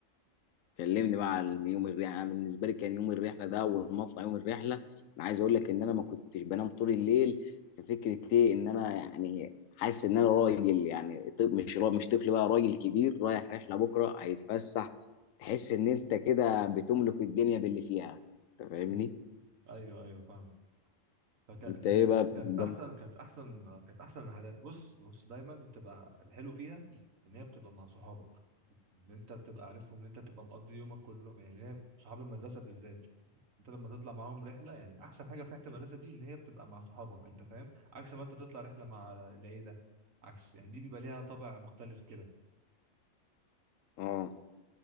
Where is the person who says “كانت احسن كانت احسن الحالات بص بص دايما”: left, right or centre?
Right